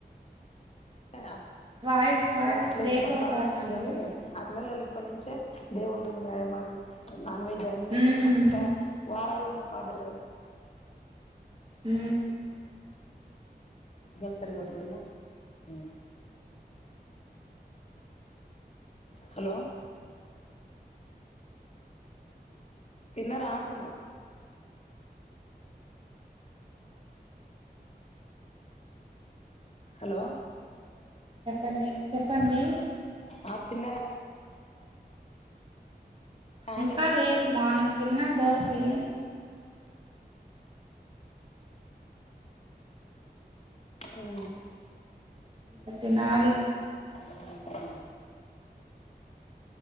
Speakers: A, on the left; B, on the right.
A: టా అట్లా
B: వాయిస్ వాయిస్
A: అట్లా
B: బ్రేక్
A: ఇప్పుడు అంత
B: అవుతాందండి
A: ఆలోచిస్తారు అంటే ఆడ పిల్లలు ఇప్పటి నుంచే దేవుని గురించి మనకి నాన్ వెెజ్ అన్ని
B: ఉమ్
A: కా వారాలుగినా పాటిస్తారు
B: ఉ
A: సిగ్నల్ సరిగ్గా వస్తలేదేమో ఉ హలో తిన్నారా అంటున్నా హలో
B: చెప్పండి చెప్పండి
A: ఆ తిన్నారా
B: ఇంకా
A: అంటున్నా
B: లేదు మార్నింగ్ తిన్న దోసి
A: ఉ
B: ఇంక తినాలి
A: ఊ